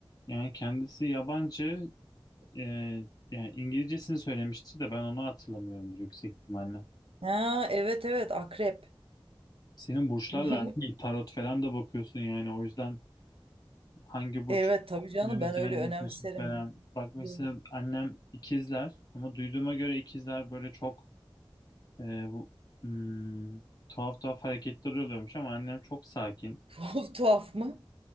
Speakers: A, on the left (about 45°); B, on the right (about 80°).
A: Yani kendisi yabancı Ee, yani İngilizcesini söylemişti de ben onu hatırlamıyorumdur yüksek ihtimalle.
B: Ha evet evet akrep.
A: Senin burçlarla
B: <laughs>
A: aran iyi. tarot falan da bakıyorsun yani o yüzden hangi burç
B: Evet tabii canım
A: ne
B: ben
A: özelliği
B: öyle önemserim.
A: taşır falan. Bak mesela
B: <laughs>
A: annem ikizler ama duyduğuma göre ikizler böyle çok e, bu- hmm, tuhaf tuhaf hareketler oluyormuş ama annem çok sakin.
B: Tuhaf tuhaf mı?